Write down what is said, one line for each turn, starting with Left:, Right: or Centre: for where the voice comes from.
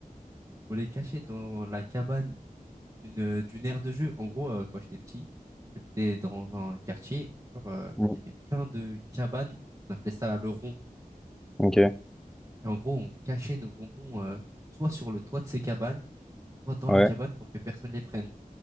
Right: <laughs> on les cachait dans la cabane d'une euh, d'une aire de jeu. En gros, euh, quand j'étais petit, j'habitais dans un quartier. genre, euh,
Centre: mm,
Right: Il y avait plein de cabanes. On appelait ça le rond.
Centre: ok,
Right: Et en gros, on cachait nos bonbons euh, soit sur le toit de ces cabanes, soit dans
Centre: ouais,
Right: la cabane pour que personne les prenne.